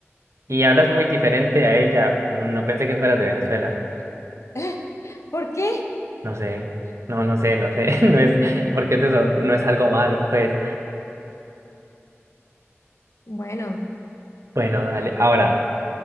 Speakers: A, on the right; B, on the left.
A: y hablas muy diferente a ella, no pensé que fueras de Venezuela.
B: <laughs> ¿Por qué?
A: No sé, no, no sé, no sé, <laughs> no es, porque te sor- no es algo malo, pues.
B: Bueno,
A: Bueno, dale, ahora,